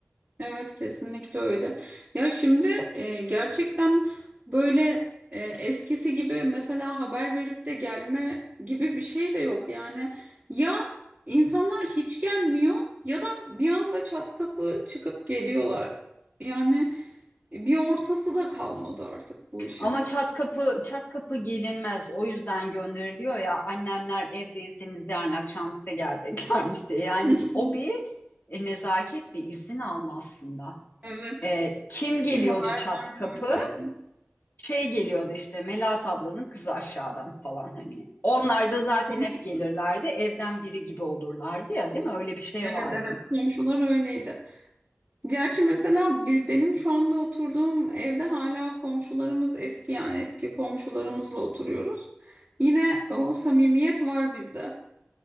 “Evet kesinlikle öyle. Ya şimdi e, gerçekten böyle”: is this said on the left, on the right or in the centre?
Right